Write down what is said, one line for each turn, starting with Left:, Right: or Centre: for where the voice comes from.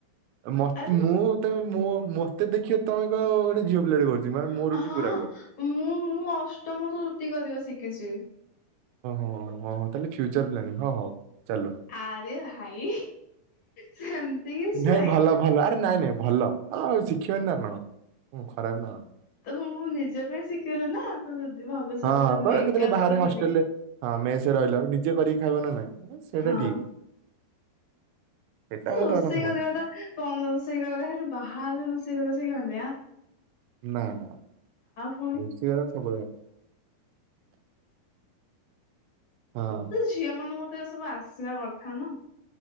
Right: ମ
Left: ଆରେ
Right: ମୁଁ ତେ ମଁ ମତେ ଦେଖିବ ତମେ ଗୋଟେ ଝିଅ ପିଲା ଟେ କରୁଛି ମାନେ
Left: ହଁ
Right: ମୋ ରୁଟି ପୁରା ଗୋଲ୍।
Left: ମୁଁ ମୁଁ ଅଷ୍ଟମ ରୁ ରୁଟି କରିବା ଶିଖିଛି।
Right: ଓହ ତାହେଲେ ଫ୍ୟୁଚର ପ୍ଲାନିଂ ହଁ ହଉ। ଚାଲୁ।
Left: ଆରେ ଭାଇ ସେମିତି କିଛି
Right: ନାଇଁ
Left: ନାହିଁ
Right: ଭଲ ଭଲ ଆରେ ନାଇଁ ନାଇଁ ଭଲ। ଆଉ ଶିଖିବନି ନା କଣ ଖରାପ ନା
Left: ତମୁ ମୁଁ ନିଜେ ପାଇଁ ଶିଖେଇଲି ନା ତ ଭବିଷ୍ୟତରେ
Right: ହଁ ହଁ କହିଲ
Left: ମୁଁ ଏକା
Right: କେତେବେଳେ ବାହାରେ
Left: ରହିଲି
Right: ହଷ୍ଟେଲ ରେ ହଁ ମେସ ରହିଲା ନିଜେ କରିକି ଖାଇବ ନା ନାଇଁ ସେଇଟା
Left: ହଁ
Right: ଠିକ। ସେଇଟା ମତେ
Left: ରୋଷେଇ
Right: କଥା ମୁଁ
Left: କରିବା
Right: କହେ
Left: ତା କଣ ରୋଷେଇ କରିବା ଖାଲି ବାହାରେ ରୋଷେଇ କରିବା ସେ ଆଁ?
Right: ନା ନା
Left: ପୁଣି
Right: ରୋଷେଇ ସବଳ ହଁ।
Left: ତ ଝିଅ ମାନଙ୍କ ତ ଏ ସବୁ ଆସିବା କଥା ନା।